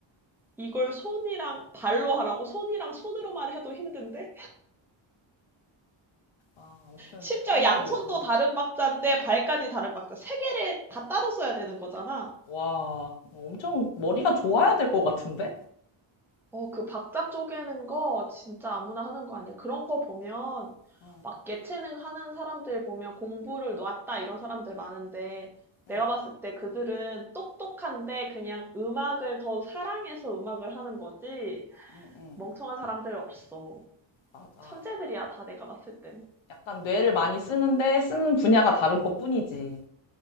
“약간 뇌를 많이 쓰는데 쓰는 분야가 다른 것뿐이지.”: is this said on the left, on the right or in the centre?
Left